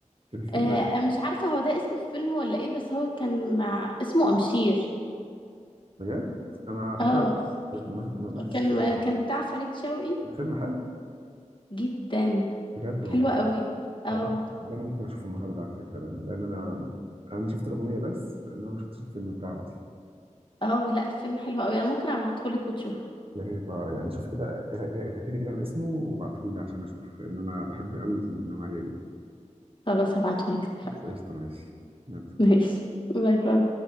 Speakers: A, on the right (about 45°); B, on the left (about 40°).
A: كان في فيلم
B: آه أنا مش عارفه هو ده اسم الفيلم ولا ايه بس هو كان مع اسمه امشير
A: بجد أنا على
B: اه
A: فكرة ما, ما ما شفتش
B: كان
A: الفيلم ده
B: كان بتاع فريد شوقي
A: ده فيلم حلو
B: جدا
A: بجد والله
B: حلوه قوي اه
A: طب ده أنا ممكن أشوفه النهاردة على فكرة لأن لأن أنا أنا شفت الأغنية بس إن أنا ما شفتش الفيلم بتاعه أصلا
B: اه لا الفيلم حلو قوي انا ممكن ابعته لك وتشوفه
A: يا ريت آه، يعني شوف كده اتأكدي كده من اسمه وابعتهولي عشان أشوف لأن أنا بحب قوي النوعية دي
B: خلاص هبعته لك
A: قشطة ماشي يلا
B: ماشي باي باي